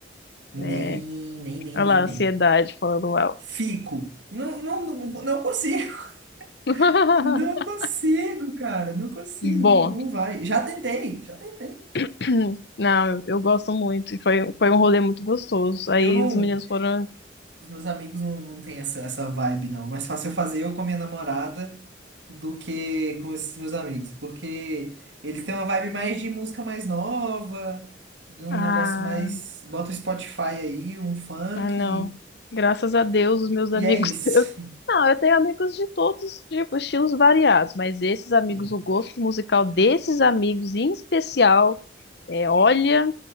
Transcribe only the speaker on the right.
Nem,
nem, nem,
nem,
nem.
Fico. Não, não, não não consigo.
<laughs> Não consigo, cara. Não consigo.
Não, não vai. Já tentei, já tentei.
Eu não.
Os meus amigos não, não têm essa, essa vibe, não. Mais fácil eu fazer eu com a minha namorada do que com esses meus amigos. Porque eles têm uma vibe mais de música mais nova, de um
negócio mais. Bota o Spotify aí, um funk.
E
é isso.
<laughs> Sim.